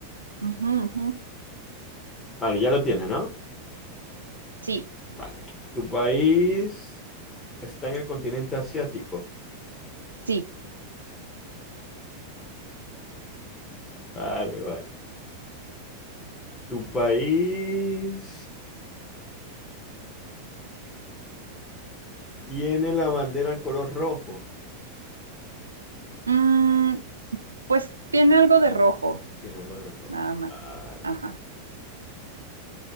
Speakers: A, on the right; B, on the left.
A: Ujú, ujú.
B: Vale, ya lo tienes, ¿no?
A: Sí,
B: Vale. ¿Tu país está en el continente asiático?
A: sí.
B: Vale, vale. ¿Tu país tiene la bandera color rojo?
A: Mm, pues tiene algo de rojo,
B: Tiene algo de rojo.
A: nada más.
B: Vale.
A: Ajá.